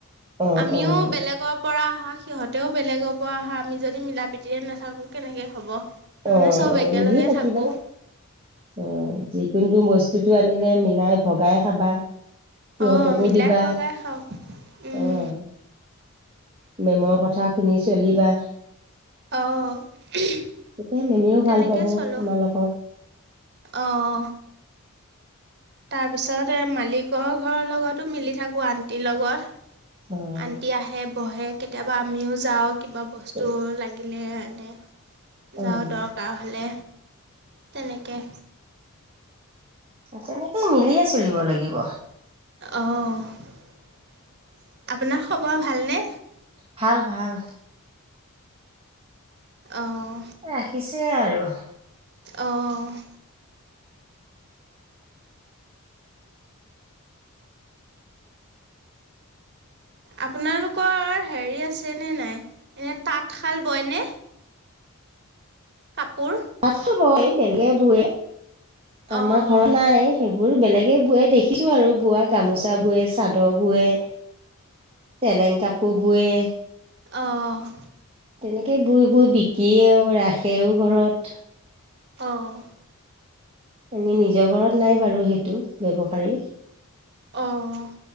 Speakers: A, on the right; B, on the right.
A: অ',
B: আমিও
A: অ',
B: বেলেগৰ পৰা অ', সিহঁতেও বেলেগৰ পৰা অহা আমি যদি মিলা প্ৰীতিৰে নাথাকোঁ কেনেকৈ হ'ব। তাৰমানে
A: অ',
B: চব
A: অ',
B: একেলগে
A: মিলি থাকিবা
B: থাকোঁ
A: অ যিকোনো বস্তুটো আনিলে মিলাই ভগাই। খাবা। সিহঁতকো
B: অ', মিলাই
A: দিবা
B: ভগাই খাওঁ, উম।
A: অ', মেমৰ কথা শুনি চলিবা।
B: অ'তেনেকে
A: তেতিয়া মেমেও ভাল পাব
B: চলো,
A: তোমালোকক
B: অ'। তাৰ পিছত এ মালিকৰ ঘৰৰ লগতো মিলি থাকো, আন্টিৰ লগত।
A: অ',
B: আন্টি আহে, বহে। কেতিয়াবা আমিও যাওঁ। কিবা বস্তু
A: অ',
B: লাগি <unintelligible>
A: অ',
B: যাওঁ দৰকাৰ হ'লে, তেনেকে।
A: তেনেকেই মিলিয়ে চলিব লাগিব।
B: অ' আপোনাৰ খবৰ ভালনে?
A: ভাল, ভাল।
B: অঁ
A: ৰাখিছে আৰু। <inaudible>
B: অ'। আপোনালোকৰ হেৰি আছেনে নাই, এনে তাঁতশাল বয়নে? কাপোৰ।
A: তাঁতশাল বোৱ, বেলেগে বুৱে।
B: অঁ
A: আমাৰ ঘৰত নাই সেইবোৰ। বোৰ বেলেগে বোৱে দেখিছো আৰু বোৱা গামোচা বৱে চাদৰ বোৱে। চেলেংকাপুৰ। বুৱে।
B: অ'।
A: তেনেকে বুই বুই বিকিয়েও, ৰাখেও ঘৰত।
B: অ'।
A: এনেই নিজৰ ঘৰত নাই বাৰু সেইটো ব্যৱসাৰী।
B: অ',